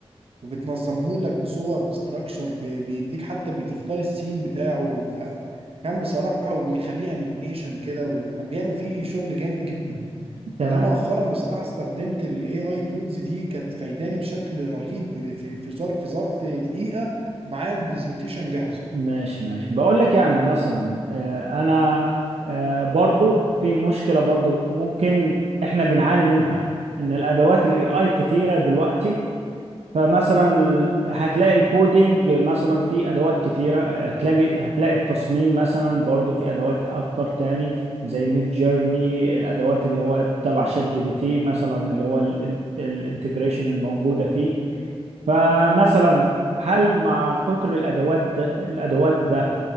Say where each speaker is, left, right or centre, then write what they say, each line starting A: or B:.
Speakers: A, on the right; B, on the right.
A: وبتنظمهولك بصور بستراكشر بيديك حتى بتختار السين بتاعه فكان بصراحة وبيخليه انيميشن كده وكان بيعمل فيه شغل جامد جدا
B: تمام
A: فده مؤخرا بصراحة استخدمت ال AI tools دي كانت فايداني بشكل رهيب في في ظرف في ظرف دقيقة معايا البرزنتيشن جاهز
B: ماشي ماشي بقول لك يعني مثلا آه، انا آه، برضو في مشكلة برضو ممكن احنا بنعاني منها ان الادوات الاي اي كتيرة دلوقتي فمثلا هتلاقي الكودينج مثلا في ادوات كتيرة هتلاقي هتلاقي التصميم مثلا برضو في ادوات اكتر تاني زي ميد جيرني الادوات اللي هو تبع شات جي بي تي مثلا اللي هو الانتجريشن الموجودة فيه فمثلا هل مع كتر الادوات ده الادوات ده